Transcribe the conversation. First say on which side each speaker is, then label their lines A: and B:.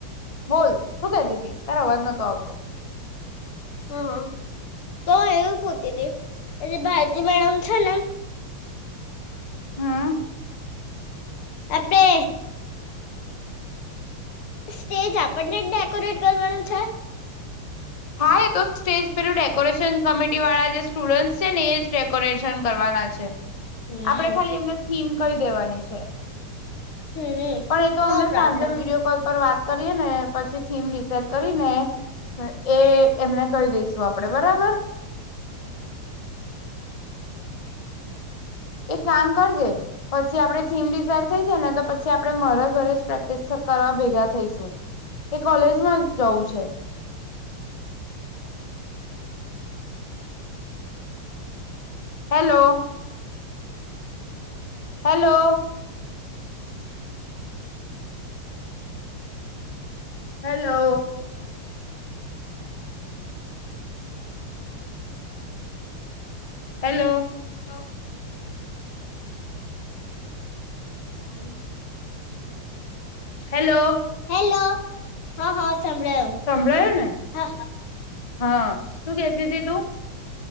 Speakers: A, on the left; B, on the left.
A: બોલ શું કદતતી તારો અવાજ નહતો આવતો
B: હ હા તો એવી પૂતી હતી એલી ભારતી મેડમ છે ને
A: હમ
B: આપણે સ્ટેજ આપણને જ ડેકોરેટ કરવાનું છે.
A: હા એ તો સ્ટેજ પેરું ડેકોરેશન કમિટી વાળા જે સ્ટુડન્ટ છે ને એ જ ડેકોરેશન કરવાના છે.
B: હમ
A: આપડે ખાલી એમને થીમ કહી દેવાની છે.
B: હમ
A: પણ એ તો
B: નો
A: અમને
B: પ્રોબ્લેમ
A: સાંજે વિડીયો કોલ પર વાત પછી થીમ ડિસાઈડ કરીને એ એમને કરી દઈ શુ આપણે બરાબર એક કામ કરજે પછી આપડે થીમ ડિસાઇડ થઈ જને તો પછી આપડે મારા ઘરે જ પ્રેક્ટિસ કરવા ભેગા થઈશું એ કોલેજમાં જ જવું છે. Hello hello. હલો. હેલો.
B: ઓ.
A: સારું છે. Hello
B: hello hello. હા હા. સંભળાયું
A: સંભળાયો ને
B: હા
A: હા શું કેતી તી.